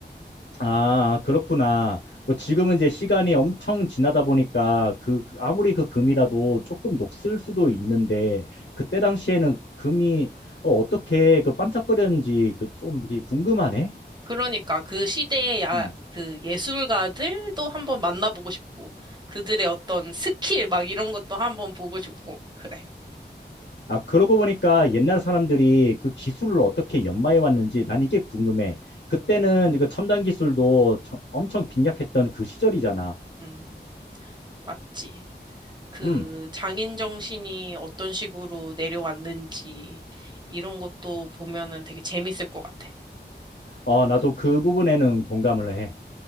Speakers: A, on the left; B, on the right.
A: 아, 그렇구나. 뭐 지금은 이제 시간이 엄청 지나다 보니까 그 그- 아무리 그 금이라도 조금 녹슬 수도 있는데 그때 당시에는 금이 어, 어떻게 그 반짝거렸는지 그 좀 궁금하네.
B: 그러니까 그 시대의 야,
A: 음.
B: 그 예술가들도 한번 만나보고 싶고, 그들의 어떤 스킬 막 이런 것도 한번 보고 싶고, 그래.
A: 아, 그러고 보니까 옛날 사람들이 그 기술을 어떻게 연마해 왔는지 난 이게 궁금해. 그때는 그 첨단 기술도 처- 엄청 빈약했던 그 시절이잖아.
B: 음, 맞지. 그
A: 음.
B: 장인 정신이 어떤 식으로 내려왔는지 이런 것도 보면은 되게 재밌을 것 같아.
A: 어, 나도 그 부분에는 동감을 해.